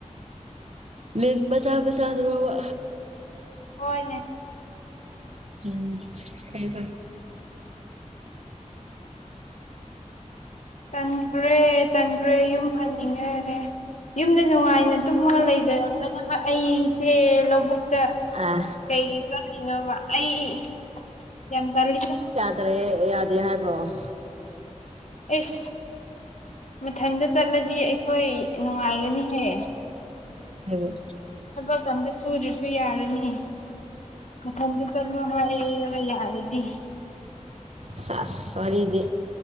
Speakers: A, on the right; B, on the left.
A: ꯂꯤꯟ ꯃꯆꯥꯥ ꯃꯆꯥꯗꯨꯔꯣꯕ꯫
B: ꯍꯣꯏꯅꯦ꯫
A: ꯎꯝ <unintelligible>
B: ꯇꯟꯈ꯭ꯔꯦ ꯇꯟꯈ꯭ꯔꯦ ꯌꯨꯝ ꯍꯟꯅꯤꯡꯉꯦ ꯌꯨꯝꯗ ꯅꯨꯡꯉꯥꯏ ꯅ ꯇꯨꯝꯃꯒ ꯂꯩꯖꯔꯝꯒꯗꯕ ꯑꯩꯁꯦ ꯂꯧꯕꯨꯛ ꯇ
A: ꯑꯥ
B: ꯀꯩꯒꯤ ꯆꯠꯂꯤꯅꯣꯕ ꯑꯩ ꯌꯥꯝ ꯇꯜꯂꯤꯗ꯫
A: ꯇ꯭ꯔꯦ ꯌꯥꯗꯦ ꯍꯥꯏꯕ꯭ꯔꯣ꯫
B: ꯑꯦꯁ ꯃꯊꯟꯗ ꯆꯠꯂꯗꯤ ꯑꯩꯈꯣꯏ ꯅꯨꯡꯉꯥꯏꯒꯅꯤꯍꯦ꯫
A: <unintelligible>
B: ꯊꯕꯛꯀ ꯑꯝꯇ ꯁꯨꯗ꯭ꯔꯁꯨ ꯌꯥꯔꯅꯤ꯫ ꯃꯊꯟꯗ ꯆꯠꯂꯣ ꯍꯥꯏꯔꯒ ꯌꯥꯔꯗꯤ꯫
A: ꯁꯥꯁ ꯋꯥꯔꯤꯗꯤ꯫